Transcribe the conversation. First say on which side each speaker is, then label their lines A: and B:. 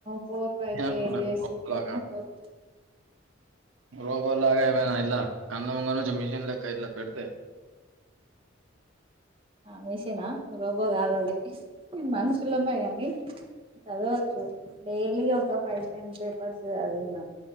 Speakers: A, on the right; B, on the right.
A: ఫోర్ ఫైవ్
B: నేను
A: పేజెస్
B: అనుకున్నాను గొప్పలాగా
A: ఫర్
B: రోబో లాగా ఏమైనా ఇట్లా కళ ముంగ నుంచి మిషన్ లెక్క ఇట్లా పెడితే
A: ఆ మిషనా రోబో కాదుది మనుషులమ కానీ చదవచ్చు డైలీ ఒక ఫైవ్ టెన్ పేపర్స్ చదివిన